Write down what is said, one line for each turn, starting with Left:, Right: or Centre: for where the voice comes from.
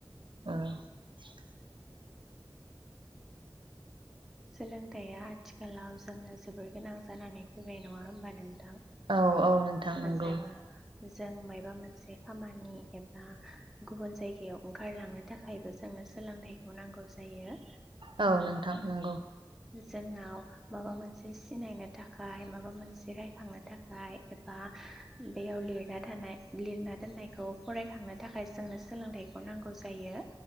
Right: <inaudible>
Centre: सोलोंथाइया आथिखालाव जोंनो जोबोर गोनां जानानै फैबाय नङा होमबा नोंथां
Right: औ औ नोंथां नंगौ
Centre: जोङो जों मायबा मोनसे खामानि एबा गुबुन जायगायाव ओंखारलांनो थाखायबो जोंनो सोलोंथाइखौ नांगौ जायो
Right: औ नंगौ नोंथां नंगौ
Centre: जोंनाव माबा मोनसे सिनायनो थाखाय माबा मोनसे रायखांनो थाखाय एबा बेयाव लिरना थानाय लिरना दोननायखौ फरायखांनो थाखाय जोंनो सोलोंथाइखौ नांगौ जायो